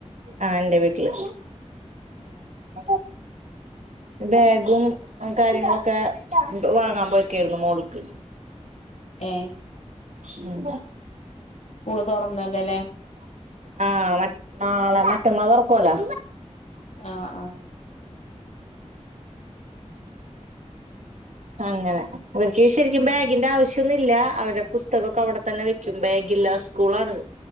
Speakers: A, on the right (about 80°); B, on the left (about 70°).
A: ആഹ് ഇൻ്റെ വീട്ടില്
B: ഏഹ്
A: അത ബാഗും കാര്യങ്ങളൊക്കെ വാങ്ങാൻ പോയെക്കായിര്ന്നു മോൾക്ക്.
B: ഏഹ്
A: ഉം
B: സ്ക്കൂള് തൊറന്നല്ലോ ല്ലെ
A: ആഹ് മറ്റ് നാളെ മറ്റന്നാ തോർക്കൊല്ലോ
B: ആഹ് ആഹ്
A: അങ്ങനെ ഇവര്ക്ക് ശെരിക്കിം
B: ഉം
A: ബാഗിൻ്റാവശ്യ ത്ത്ന്നില്ല അവര്ടെ പുസ്തകൊക്കെ അവടെ തെന്നെ വെക്കും ബാഗില്ല സ്ക്കൂളാണ്.